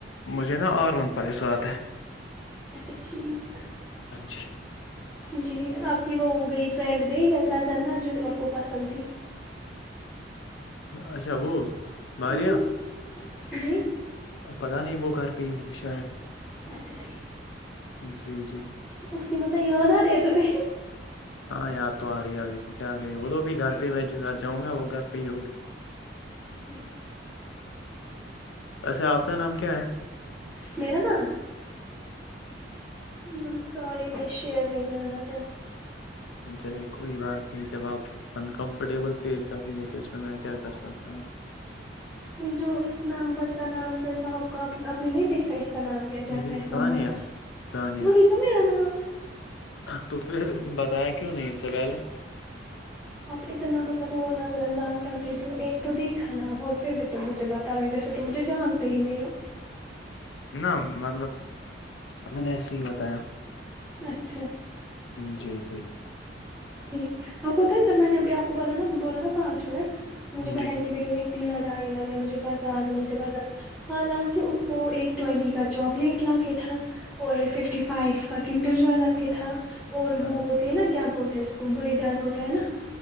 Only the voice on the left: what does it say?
مجھے نا آرون بائی ساتھ ہے
جی
اچھا وہ باریہ
پتا نہیں وہ گھر پہ ہی ہوگی شاید
جی جی
ہاں یاد تو آ رہی ہے لیکن کیا کرے وہ تو بھی گھر پہ میں گھر جاؤں گا وہ گھر پہ ہی ہوگی
ویسے آپ کا نام کیا ہے
چلے کوئی بات نہیں جب آپ انکمفرٹیبل فیل کر رہی ہو تو اس میں میں کیا کر سکتا ہوں
ہوں
جی
ثانیہ
ثانیہ
تو پھر بتایا کیوں نہیں اس سے پہلے
ن مطلب میں نے ایسے ہی بتایا
جی جی
جی
ہاں